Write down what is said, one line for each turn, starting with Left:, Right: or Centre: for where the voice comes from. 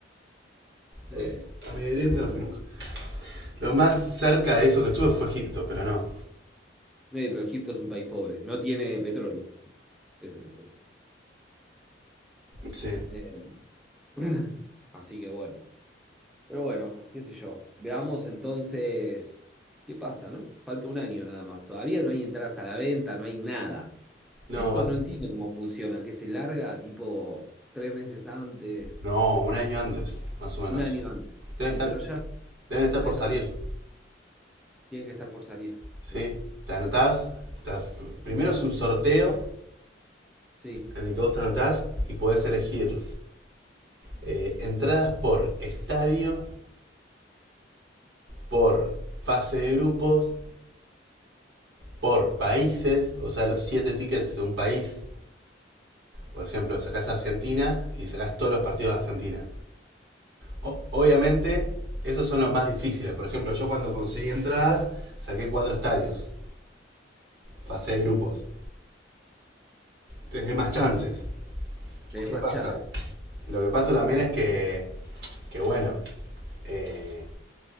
Centre: No,
Right: Eh, a Medio Oriente
Centre: yo tampoco.
Right: no fui nunca. Lo más cerca de eso que estuve fue Egipto, pero no.
Centre: Eh, pero Egipto es un país pobre, no tiene petróleo. Ese es el tema.
Right: Sí.
Centre: Eh, <clears throat> así que bueno. Pero bueno, qué sé yo. Veamos entonces qué pasa, ¿no? Falta un año nada más. Todavía no hay entradas a la venta, no hay nada. Eso
Right: No, va a
Centre: no
Right: ser.
Centre: entiendo cómo funciona, que se larga tipo tres meses antes,
Right: No, un año antes, más o menos.
Centre: un año antes.
Right: Debe
Centre: Y
Right: estar,
Centre: pero ya
Right: deben estar
Centre: debe
Right: por
Centre: estar,
Right: salir.
Centre: tienen que estar por salir. Sí,
Right: Sí, te anotás. te haces- primero es un sorteo
Centre: sí,
Right: en el que vos te anotás y podés elegir eh, entradas por estadio, por fase de grupos, por países, o sea, los siete tickets de un país. Por ejemplo, sacás Argentina y sacás todos los partidos de Argentina. O- obviamente, esos son los más difíciles. Por ejemplo, yo cuando conseguí entradas, saqué cuatro estadios, fase de grupos. Tenés más chances.
Centre: tenés
Right: ¿Qué
Centre: más
Right: pasa?
Centre: chance.
Right: Lo que pasa también es que, que bueno, eh,